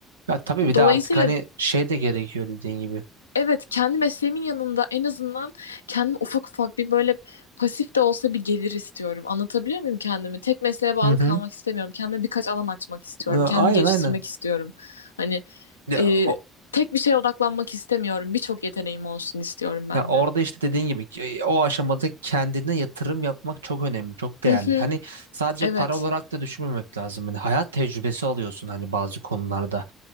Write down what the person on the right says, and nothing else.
Ya tabii bir
de artık hani şey de gerekiyor dediğin gibi.
Hı hı.
Ya,
Aynen
aynen.
Ya,
o-
Ya orada
işte dediğin gibi ki, e, o aşamada kendine yatırım yapmak çok önemli, çok değerli.
Hani sadece
para olarak da düşünmemek lazım. Hani hayat tecrübesi alıyorsun hani bazı konularda.